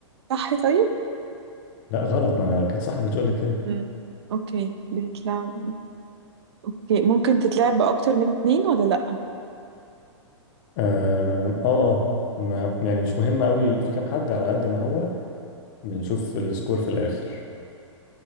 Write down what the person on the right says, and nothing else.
صح طيب
مم. اوكي بتتلعب اوكي ممكن تتلعب بأكتر من اتنين ولا لأ